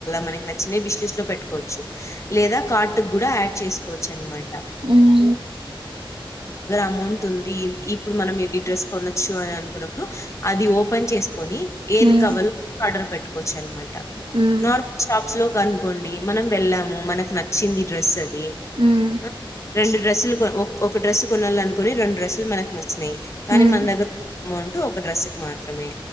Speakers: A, on the left; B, on the right.
A: మనకి నచ్చవి విష్ లిస్ట్ లో పెట్టుకోవచ్చు లేదా కా కూడా ఆడ్ చేసుకోవచ్చన్నమాట
B: ఉమ్
A: అమౌంట్ ఉంది ఇప్పుడు మనం ఈ డ్రెస్ కొనొచ్చు అని అనుకున్నప్పుడు అది ఓపెన్ చేసుకొని ఏది
B: ఉమ్
A: కావాలో ఆర్డర్ పెట్టు వోచ్ అన్మాట
B: ఉమ్
A: నార్మల్ శాప్స్ లో అనుకోండి మనం వెళ్ళాము మనకు నచ్చింది డ్రెస్ ది
B: ఉమ్
A: ఆ రెండు డ్రస్లు కొ ఒక డ్రస్ కొనాలనినుకుని రెండు డ్రస్లు మనకు నచ్చినయి కానీ
B: ఉమ్
A: మన దగ్గర అమౌంట్ ఒక డ్రెస్కి మాత్రమే